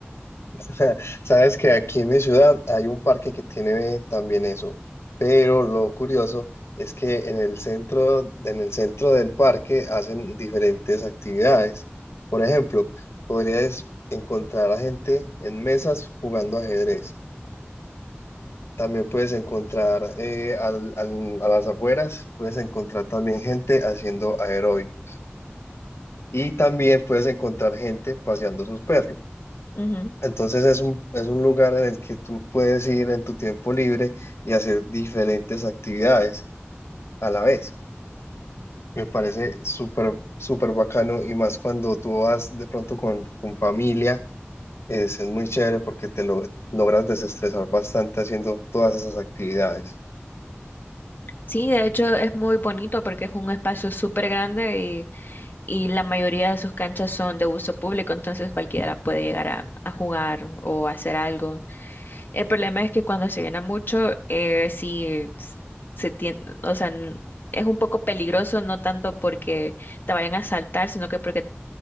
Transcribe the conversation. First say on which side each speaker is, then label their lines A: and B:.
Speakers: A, on the left (about 80°); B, on the left (about 45°).
A: <laughs> Sabes que aquí en mi ciudad hay un parque que tiene también eso, pero lo curioso es que en el centro, en el centro del parque hacen diferentes actividades. Por ejemplo, podrías encontrar a gente en mesas jugando ajedrez. También puedes encontrar eh, al- al- a las afueras, puedes encontrar también gente haciendo aeróbicos. Y también puedes encontrar gente paseando sus perros.
B: Ujú.
A: Entonces es un, es un lugar en el que tú puedes ir en tu tiempo libre y hacer diferentes actividades a la vez. Me parece súper, súper bacano y más cuando tú vas de pronto con, con familia, es, es muy chévere porque te lo, logras desestresar bastante haciendo todas esas actividades.
B: Sí, de hecho es muy bonito porque es un espacio súper grande y, y la mayoría de sus canchas son de uso público, entonces cualquiera puede llegar a, a jugar o hacer algo. El problema es que cuando se llena mucho, eh, sí s- se tiene, o sea, n- es un poco peligroso, no tanto porque te vayan a saltar, sino que porque